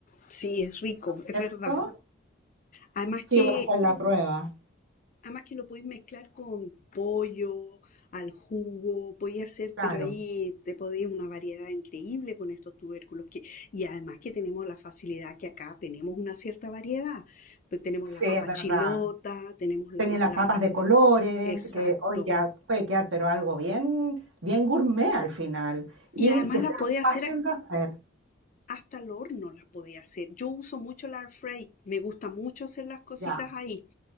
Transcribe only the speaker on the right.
¿no es
¿cierto?
Sí,
voy a hacer la prueba.
Claro,
sí,
es verdad.
Tenía las
papas de colores,
que hoy ya puede quedar, pero algo bien, bien gourmet al final. Y
que
sea
fácil de hacer.
Ya,